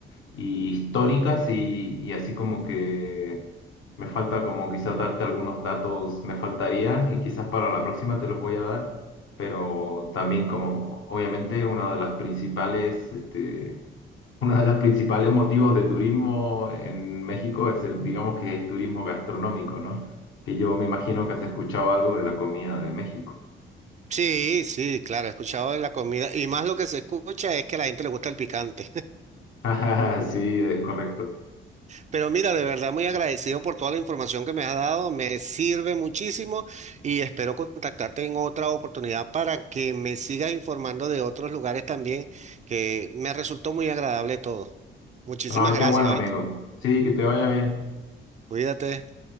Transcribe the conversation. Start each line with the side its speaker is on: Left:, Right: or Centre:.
Left: y históricas y, y así como que me falta como quizás darte algunos datos, me faltaría y quizás para la próxima te los voy a dar, pero también como obviamente una de las principales, este, Uno de los principales motivos de turismo en México es el, digamos que es turismo gastronómico, ¿no? Que yo me imagino que has escuchado algo de la comida de México.
Right: Sí, sí, claro, he escuchado de la comida y más lo que se escucha es que a la gente le gusta el picante.
Left: <laughs> Sí, es correcto.
Right: Pero mira, de verdad muy agradecido por toda la información que me has dado, me sirve muchísimo y espero contactarte en otra oportunidad para que me sigas informando de otros lugares también, que me resultó muy agradable todo. Muchísimas
Left: Ah,
Right: gracias,
Left: qué bueno,
Right: ¿oíste?
Left: amigo. Sí, que te vaya bien.
Right: Cuídate.